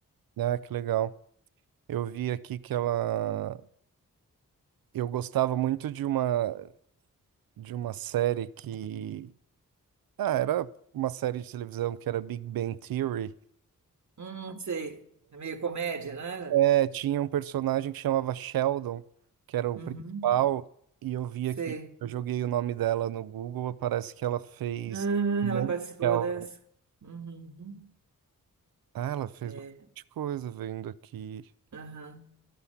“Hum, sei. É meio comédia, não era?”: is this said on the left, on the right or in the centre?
Right